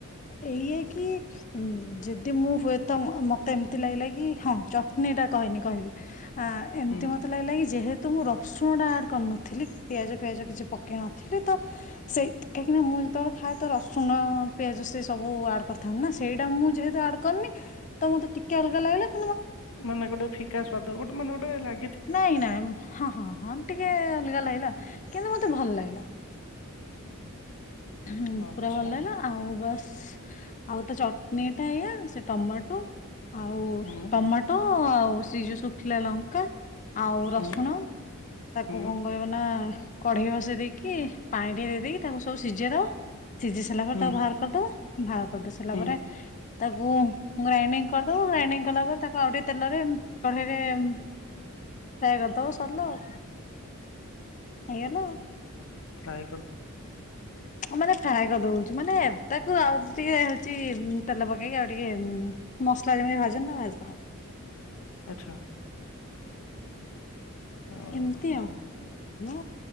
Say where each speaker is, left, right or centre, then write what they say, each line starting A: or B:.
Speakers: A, on the left; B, on the left.
A: ଇଏ କି ଯଦି ମୁଁ ହୁଏ ତ ମତେ ଏମିତି ଲାଗିଲା କି ହଁ ଚଟଣୀ ଟା କହିନି କହିବି। ଆ ଏମିତି
B: ହୁଁ
A: ମତେ ଲାଗିଲା କି ଯେହେତୁ ତ ମୁଁ ରସୁଣଟା ଆଡ଼୍ କରିନଥିଲି କି ପିଆଜ ଫିଆଜ କିଛି ପକେଇ ନଥିଲି ତ ସେଇ କାହିଁକିନା ମୁଁ ଯେତେବେଳେ ଖାଏ ତ ରସୁଣ ପିଆଜ ସେ ସବୁ ଆଡ୍ କରିଥାନ୍ତ ନା ସେଇଟା ମୁଁ ଯେହେତୁ ଆଡ୍ କରିନି ତ ମତେ ଟିକେ ଅଲଗା ଲାଗିଲା ତ
B: ମାନେ ଗୋଟେ ଫିକାସ୍ୱାଦ ଗୋଟେ ମାନେ ଗଟେ <unintelligible>
A: ନାଇଁ ନାଇଁ ହଁ ହଁ ହଁ ଟିକେ ଅଲଗା ଲାଗିଲା। କିନ୍ତୁ ମତେ ଭଲ ଲାଗିଲା। ହଁ
B: ଆଚ୍ଛା
A: ପୁରା ଭଲ ଲାଗିଲା ଆଉ ବାସ୍ ଆଉ ତା ଚଟଣୀ ଟା ଏଇଆ ସେ ଟମାଟୋ। ଆଉ
B: ହୁଁ
A: ଟମାଟୋ ଆଉ ସେ ଯୋଉ ଶୁଖିଲା ଲଙ୍କା ଆଉ
B: ହୁଁ
A: ରସୁଣ ତାକୁ
B: ହୁଁ
A: କଣ କରିବ ନା କଢ଼େଇ ବସେଇ ଦେଇକି କି ପାଣି ସିଝେଇ ଦବ ସିଝି ସାରିଲା ପରେ
B: ହୁଁ
A: ତକୁ ବାହାର କରିଦବ। ଭା କରିଦେଇ ସାରିଲା
B: ହୁଁ
A: ପରେ ତାକୁ ଗ୍ରାଇଣ୍ଡିଙ୍ଗକରିଦବ ଗ୍ରାଇଣ୍ଡିଙ୍ଗକଲା ପରେ ତାକୁ ଆଉ ଟେ ତେଲରେ କଢେଇରେ ଉଁ ସେୟା କରିଦବ ସରିଲା ଆଉ ହେଇଗଲା ଆଉ
B: ଫ୍ରାଏ କର
A: ଆମର ଫ୍ରାଏ କରିଦଉଚୁ ମାନେ ତାକୁ ଆଉ ଟିକେ ହଉଛି ତେଲ ପକେଇକି ଆଉ ଟିକେ ମସଲା ଯେମିତି ଭାଜନ୍ତତା ଭାଜିଦେବ।
B: ଆଚ୍ଛା ଓହୋ
A: ଏମିତି ଆଉ ନା